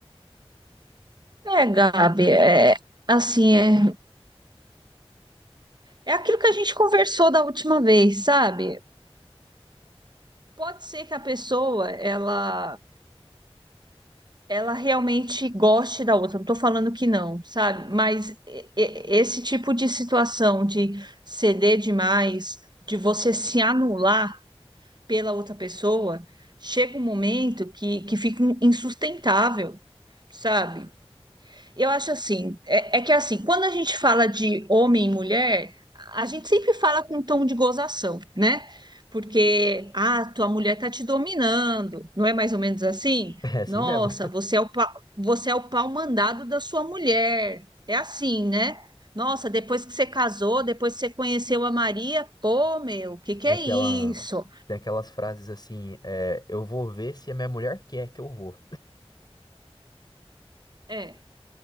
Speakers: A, on the right (about 45°); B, on the left (about 45°).
A: É, Gabi, é assim, é, é aquilo que a gente conversou da última vez, sabe? Pode ser que a pessoa, ela ela realmente goste da outra. Não estou falando que não, sabe? Mas e- e- esse tipo de situação de ceder demais, de você se anular pela outra pessoa, chega um momento que, que fica insustentável, sabe? Eu acho assim, é, é que assim, quando a gente fala de homem e mulher, a gente sempre fala com um tom de gozação, né? Porque, ah, tua mulher tá te dominando, não é mais ou menos assim?
B: É assim
A: Nossa,
B: mesmo.
A: você é o, pa- você é o pau mandado da sua mulher. É assim, né? Nossa, depois que você casou, depois que você conheceu a Maria, pô, meu, o que que
B: Tem
A: é
B: aquela,
A: isso?
B: tem aquelas frases assim, é, eu vou ver se a minha mulher quer que eu vou.
A: É.